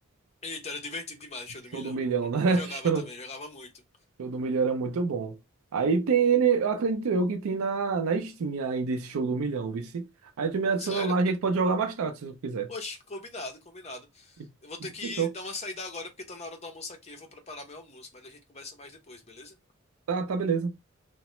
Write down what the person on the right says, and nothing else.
Show
do Milhão,
né?
<laughs> Show,
Show do Milhão era muito bom. Aí tem ele, eu acredito eu que tem na, na Steam ainda esse Show do Milhão, vice. Aí tu me adiciona
lá, a gente pode jogar mais tarde, se tu quiser.
E-
Fechou.
Tá, tá beleza.